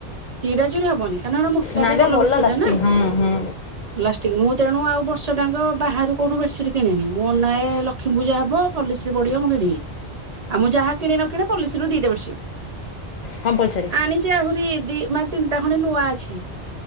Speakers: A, on the right; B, on the left.
A: ଚିରା ଚରି ହବନି। କାଁ ମୋଟାକୁ
B: ନାଇଁ
A: ଭଲ
B: ବା
A: ପଡ ସେଟ
B: ଲାଷ୍ଟିଂ
A: ନା
B: ହୁଁ ହୁଁ
A: ଲାଷ୍ଟିକ ମୁଁ ତେଣୁ ଆଉ ବର୍ଷ ଆଙ୍କ ବାହାରୁ କୋଉଠୁ ବେସିଟ କିଣି ମୋ ନାଁ ଲକ୍ଷ୍ମୀ ପୂଜା ହବଲି ପଢିବ ମୁଁ କିଣିବି ଆଉ ଯାହା। କିଣି ନ କିଣି ପୋଲିସରୁ ଦିଟା ପସି
B: କମ୍ପଲସରୀ
A: ଆଣିଛି ଆହୁରି ଦି ମାନେ ତିନିଟା ଖଣ୍ଡେ ନୂଆ ଅଛି।